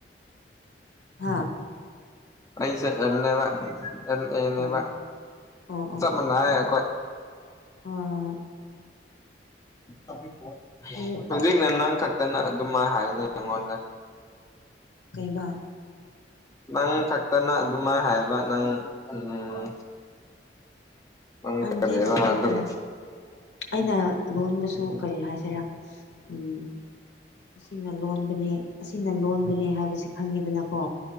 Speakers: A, on the left; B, on the left.
A: ꯍꯥꯥ
B: ꯑꯩꯩꯁꯦ ꯑꯦꯜꯅꯦ ꯑꯦꯜ ꯑꯦꯅꯦꯕ
A: ꯑꯣ ꯑꯣ ꯑꯣ
B: ꯆꯞ ꯃꯥꯟꯅꯩꯌꯦ ꯑꯩꯈꯣꯏ꯫
A: ꯑꯥ
B: ꯀꯕꯤꯣꯜ
A: ꯎꯝ
B: ꯍꯧꯖꯤꯛꯅ ꯅꯪ ꯈꯛꯇꯅ ꯑꯗꯨꯃꯥꯏ ꯍꯥꯏꯅꯦ ꯑꯩꯉꯣꯟꯗ꯫
A: ꯀꯩꯕ
B: ꯅꯪ ꯈꯛꯇꯅ ꯑꯗꯨꯃꯥꯏꯅ ꯍꯥꯏꯕ ꯅꯪ ꯎꯝ ꯅꯪ
A: ꯍꯥꯏꯕꯗꯤ
B: ꯀꯔꯤꯔ
A: ꯑꯩꯈꯣꯏ
B: ꯑꯗꯨꯝ
A: ꯑꯩꯅ ꯂꯣꯟꯕꯁꯨ ꯀꯔꯤ ꯍꯥꯏꯁꯤꯦꯔꯥ ꯎꯝ ꯑꯁꯤꯅ ꯂꯣꯟꯕꯅꯦ ꯑꯁꯤꯅ ꯂꯣꯟꯕꯅꯦ ꯍꯥꯏꯕꯁꯤ ꯈꯪꯉꯤꯗꯅꯀꯣ